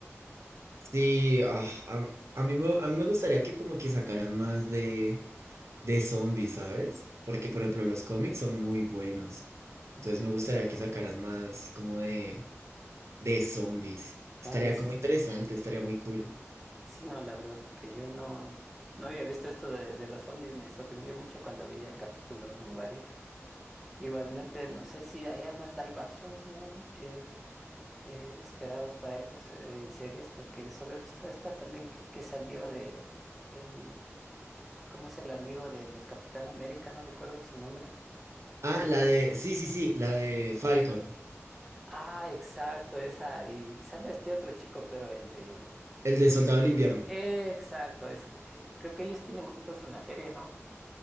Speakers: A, on the right (about 65°); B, in the centre.
A: Sí, ah, a, a mí, me- a mí me gustaría que como que sacaran más de, de zombies, ¿sabes? Porque, por ejemplo, los cómics son muy buenos. Entonces
B: Mm,
A: me gustaría que sacaran más como de, de zombies.
B: A
A: Estaría
B: mí sí,
A: como interesante, estaría muy cool.
B: sí, no, la verdad, porque yo no, no había visto esto de, de los zombies, me sorprendió mucho cuando vi el capítulo en What If. Igualmente, no sé si haya más live actions, ¿no? Eh, eh, esperados para ellos eh, en series, porque solo he visto esta también que, que salió de el, in- ¿cómo es el amigo de- del Capitán América? No recuerdo su nombre.
A: Ah,
B: Creo
A: la de,
B: que-
A: sí, sí, sí, la de Falcon,
B: Ah, exacto, esa, y sale este otro chico, pero el de...
A: el de Soldado del Invierno.
B: Exacto, ese- eh, creo que ellos tienen juntos una serie, ¿no?